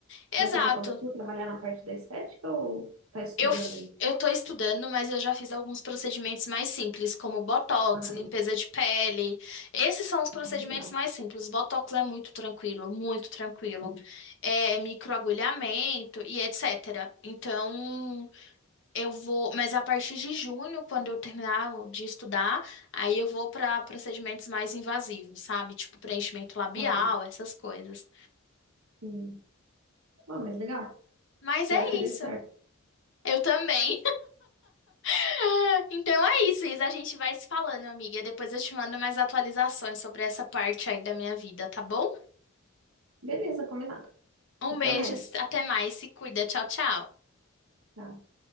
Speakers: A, on the left; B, on the right.
A: Exato.
B: Mas você já começou a trabalhar na parte da estética ou está estudando
A: Eu, f-
B: aí?
A: eu tô estudando, mas eu já fiz alguns procedimentos mais simples, como botox,
B: Aham,
A: limpeza de pele. Esses são os procedimentos
B: Ah, legal.
A: mais simples. Botox é muito tranquilo, muito tranquilo.
B: Sim.
A: É microagulhamento e etc. Então, eu vou, mas a partir de junho, quando eu terminar de estudar, aí eu vou pra procedimentos mais invasivos, sabe? Tipo preenchimento labial,
B: Aham.
A: essas coisas.
B: Sim. Bom, mas legal.
A: Mas
B: Espero
A: é
B: que dê
A: isso.
B: certo.
A: Eu também. É, Então é isso, Isa. A gente vai se falando, amiga. Depois eu te mando mais atualizações sobre essa parte aí da minha vida, tá bom?
B: Beleza, combinado.
A: Um
B: Até
A: beijo,
B: mais.
A: até mais, se cuida. Tchau, tchau.
B: Tchau.